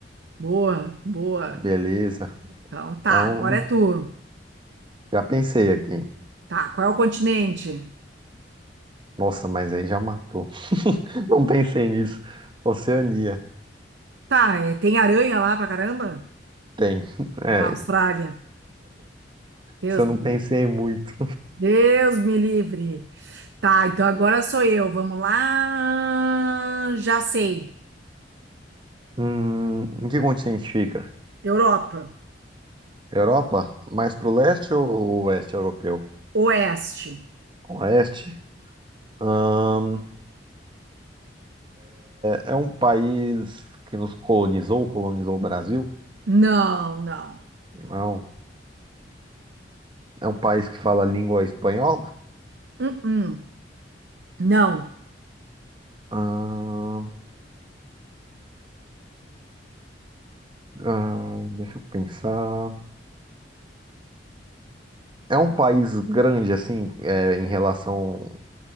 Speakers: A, on the right; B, on the right.
A: Boa, boa.
B: beleza.
A: Então tá,
B: Então,
A: agora é tu.
B: já pensei aqui.
A: Tá, qual é o continente?
B: Nossa, mas aí já matou. <laughs> Não pensei nisso. Oceania.
A: Tá, é- tem aranha lá pra caramba?
B: Tem. É,
A: Ah, Austrália. Deus
B: isso eu
A: me
B: não pensei
A: livre.
B: muito.
A: Deus me livre. Tá, então agora sou eu. Vamos lá. Já sei.
B: Hum, em que continente fica?
A: Europa.
B: Europa? Mais pro leste ou oeste europeu?
A: Oeste.
B: Oeste? Hum, é um país que nos colonizou, colonizou o Brasil?
A: Não, não.
B: Não. É um país que fala a língua espanhola?
A: Uh-uh. Não,
B: Hum, hum, deixa eu pensar. É um país grande, assim, é, em relação